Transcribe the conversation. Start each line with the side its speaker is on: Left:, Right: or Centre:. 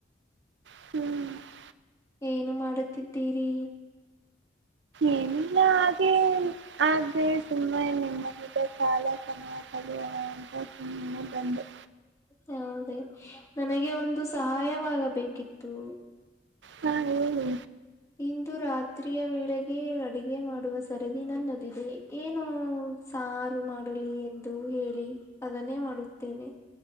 Right: ಹ್ಮ್
Left: ಏನು ಮಾಡುತ್ತಿದ್ದೀರಿ
Right: ಏನು ಇಲ್ಲ
Left: ಹ್ಮ
Right: ಹ್ಮ್ ಆದರೆ ಸುಮ್ಮನೆ ನಿಮ್ಮದಗ ಕಾಲ ಸಮಯ ಕಳಿಯೋಣ ಅಂತ ಸುಮ್ಮನೆ ಬಂದು
Left: ಹೌದೇ ನನಗೆ ಒಂದು ಸಹಾಯವಾಗಬೇಕಿತ್ತು
Right: ಹಾ ಹೇಳಏನು
Left: ಇಂದು ರಾತ್ರಿಯ ವೇಳೆಗೆ ಅಡಗೆ ಮಾಡುವ ಸರದಿ ನನ್ನದಿದೆ ಏನು ಸಾರು ಮಾಡಲಿ ಎಂದು ಹೇಳಿ ಅದನ್ನೇ ಮಾಡುತ್ತೇನೆ